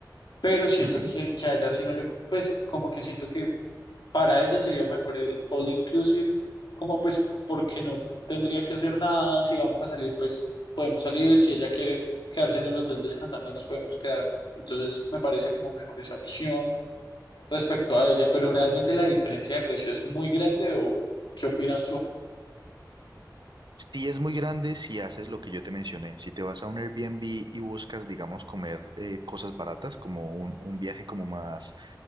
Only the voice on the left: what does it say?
pero siento
que, que a ella sí no le, pues como que siento que para ella sería mejor el all inclusive, como pues porque no tendría que hacer nada, si vamos a salir pues podemos salir, si ella quiere quedarse en el hotel descansando nos podemos quedar, entonces me parece como mejor esa opción respecto a ella, pero realmente la diferencia de precio es muy grande o ¿qué opinas tú?